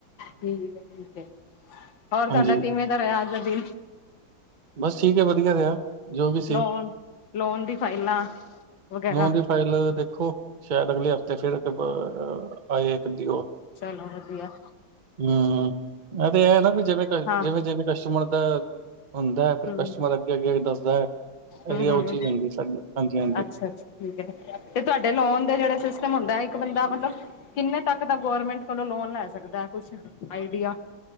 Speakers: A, on the left; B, on the right.
A: ਠੀਕ ਏ, ਠੀਕ ਏ, ਹੋਰ ਧਾਡਾ
B: ਹਾਂਜੀ
A: ਕੀਵੇਂ ਘਰੇ ਆਜ ਦਾ ਦੀਨ?
B: ਬਸ ਠੀਕ ਏ ਵਦੀਆ ਰੇਆ, ਜੋ ਵੀ ਸੀ।
A: ਲੋਨ ਲੋਨ ਦੀ ਫਾਈਲਾਂ ਵਗੈਰਾ
B: ਲੋਨ ਦੀ ਫਾਈਲ ਦੇਖੋ ਸੈ਼ਦ ਅਗਲੇ ਹਫ਼ਤੇ ਫੇਰ <unintelligible> ਆਏ ਇਕ ਦੀ ਓ
A: ਚਲੋ ਵਦੀਆ।
B: ਹੂੰ, ਐ ਤੇ ਏ ਨਾ ਵੀ ਜਿਵੇਂ ਕ
A: ਹਾਂ
B: ਜਿਵੇਂ-ਜਿਵੇਂ ਕਸ਼ਟਮਰ ਦਾ ਹੁੰਦਾ ਐ ਫੇਰ
A: ਹਮ
B: ਕਸਟਮਰ ਅੱਗੇ-ਅੱਗੇ ਦੱਸਦਾ ਐ,
A: ਹਮ
B: ਐਦੀ ਓ
A: ਹਮ
B: ਚੀਜ਼ ਹੁੰਦੀ ਸਾਡੀ, ਹਾਂਜੀ ਹਾਂਜੀ।
A: ਅੱਛਾ ਅੱਛਾ ਠੀਕ ਐ, ਤੇ ਧੋਆਡੇ ਲੋਨ ਦੇ ਜੇੜੇ ਸਿਸਟਮ ਹੁੰਦਾ ਐ ਇਕ ਬੰਦਾ ਮਲਬ ਕਿਨੇ ਤੱਕ ਦਾ ਗੌਰਮੈਂਟ ਕੋਲੋਂ ਲੋਨ ਲੈ ਸਕਦਾ ਐ ਕੁਛ, ਆਈਡੀਆ?